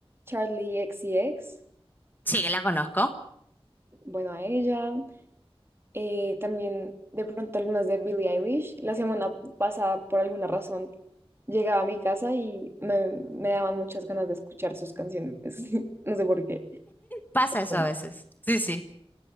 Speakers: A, on the right; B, on the left.
A: Charlie X C X
B: Sí, que la conozco.
A: Bueno, a ella. Eh, también de pronto algunas de Billie Eilish. La semana pasada, por alguna razón, llegaba a mi casa y me, me daban muchas ganas de escuchar sus canciones. <laughs> No sé por qué.
B: Pasa eso
A: Bueno,
B: a veces. Sí, sí.